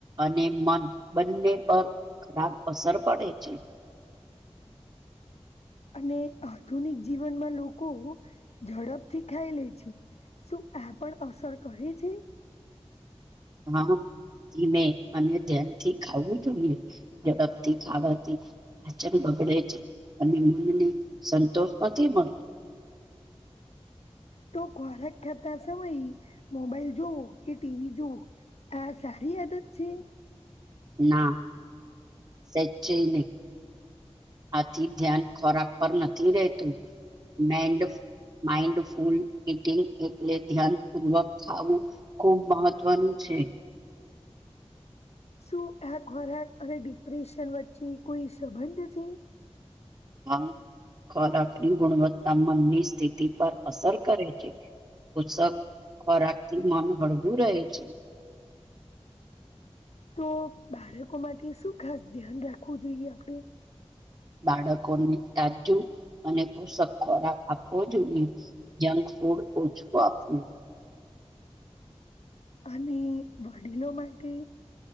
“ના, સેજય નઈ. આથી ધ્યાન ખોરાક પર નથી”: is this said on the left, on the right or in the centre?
Right